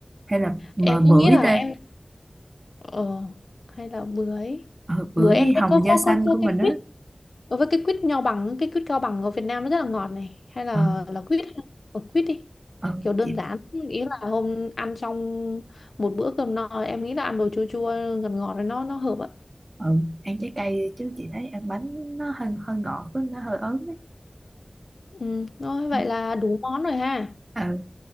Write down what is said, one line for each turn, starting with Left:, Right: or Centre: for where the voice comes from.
Right: hay là mời
Left: Em
Right: bưởi
Left: cũng nghĩ là
Right: ta
Left: em ờ hay là bữa ấy
Right: ờ, bưởi
Left: bữa
Right: với
Left: em
Right: hồng
Left: thấy có có
Right: da xanh
Left: có có
Right: của mình
Left: cái
Right: á
Left: Ở với cái quýt nho bằng, cái quýt cao bằng ở Việt Nam nó rất là ngọt này. Hay là
Right: ờ
Left: là quýt, ở quýt đi.
Right: ờ
Left: Kiểu đơn
Right: chị
Left: giản, ý là hôm ăn xong một bữa cơm no, em nghĩ là ăn đồ chua chua ngọt ngọt rồi nó nó hợp ạ.
Right: ừ ăn trái cây đi chứ chị thấy ăn bánh nó hơi hơi ngọt với nó hơi ớn ấy.
Left: Ừ, rồi vậy
Right: ừ
Left: là đủ món rồi ha.
Right: ừ